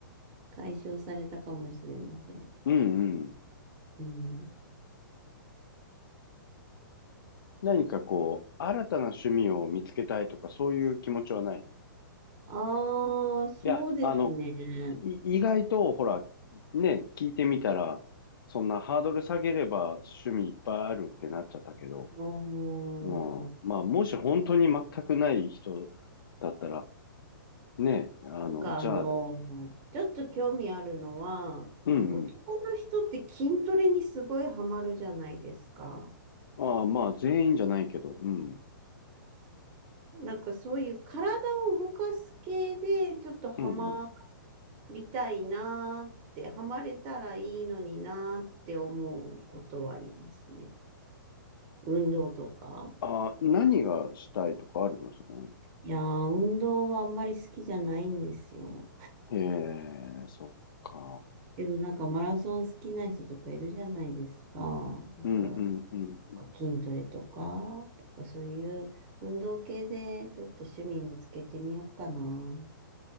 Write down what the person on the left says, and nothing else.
うんうん。
何かこう、新たな趣味を見つけたいとか、そういう気持ちはないのい
や、あの、い意外と、ほら、ね、聞いてみたら、そんなハードル下げれば趣味いっぱいあるってなっちゃったけど、
うん。まあ、もし本当に全くない人だったら、ね、あの、
じゃあ、
うんうん。
ああ、まあ、全員じゃないけど、うん。
うんうん。
ああ、何がしたいとかあるのその、
へえ、そっか。
うんうんうんうん。